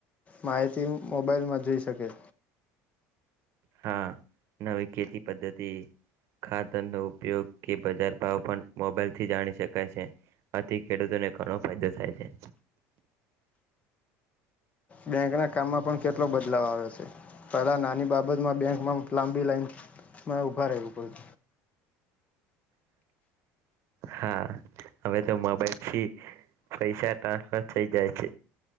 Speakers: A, on the left; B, on the right.
A: માહિતી મોબાઈલમાં જોઈ શકે
B: હા નવી ખેતી પદ્ધતિ ખાતડુક ઉપયોગ કે બજાર ભાવ પણ મોબાઈલથી જાણી શકાય છે આથી ખેડૂતોને ઘણો ફાયદો થાય છે
A: બેંકના કામમાં પણ કેટલો બદલાવ આવે છે કલા નાની બાબતમાં બેંકમાં લાંબી લાઈનમાં ઉભા રહેું પડ
B: હા હવે તો મોબાઈલથી પૈસા ટ્રાન્સફર થઈ જાય છે